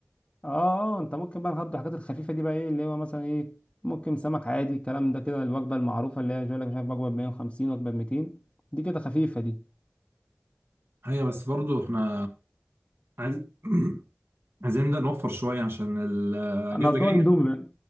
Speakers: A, on the left (about 25°); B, on the right (about 60°).
A: اه اه انت ممكن بقى نقضي الحاجات الخفيفه دي بقى ايه اللي هو مثلا ايه ممكن سمك عادي الكلام ده كده الوجبه المعروفه اللي هي يقول لك مش عارف وجبه ب 150 وجبه ب 200 دي كده خفيفه دي
B: ايوه بس برضو احنا عايز <clears throat> عايزين نبدأ نوفر شوية عشان الأجازة
A: هنقضيها
B: الجاية
A: اندومي بقى